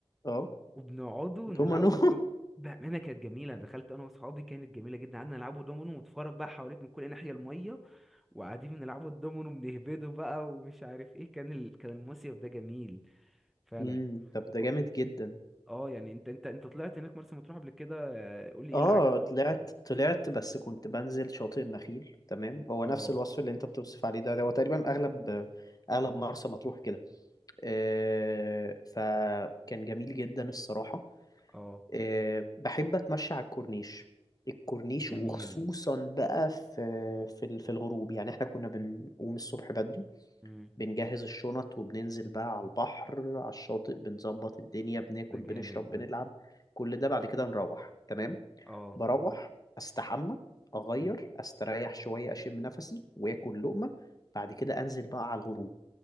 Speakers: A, on the left; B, in the centre.
A: اه
B: وبنقعدوا نلعبوا
A: دومانو <laughs>
B: دوم بأمانة كانت جميلة دخلت أنا وأصحابي كانت جميلة جدا قعدنا نلعبوا دومينو ونتفرج بقى حواليك من كل ناحية المية وقاعدين بنلعبوا الدومينو بنهبده بقى ومش عارف إيه كان ال... كان المصيف ده جميل فعلا
A: امم طب
B: وك...
A: ده جامد جدا
B: اه يعني انت انت انت طلعت هناك مرسى مطروح قبل كده آه، قول لي ايه
A: اه
B: اللي عجبك
A: طلعت
B: فيها
A: طلعت بس كنت بنزل شاطئ النخيل تمام هو
B: اه
A: نفس الوصف اللي انت بتوصف عليه ده هو تقريبا اغلب اغلب مرسى مطروح كده آه، فكان جميل جدا الصراحة
B: اه
A: آه، بحب أتمشى على الكورنيش الكورنيش
B: جميل
A: وخصوصا بقى في في ال- في الغروب يعني احنا كنا بنقوم الصبح بدري
B: مم.
A: بنجهز الشنط وبننزل بقى على البحر على الشاطئ بنظبط الدنيا بناكل
B: ده
A: بنشرب
B: جامد ده
A: بنلعب كل ده بعد كده نروح تمام
B: اه
A: بروح استحمى اغير
B: مم.
A: استريح شويه اشم نفسي واكل لقمه بعد كده انزل بقى على الغروب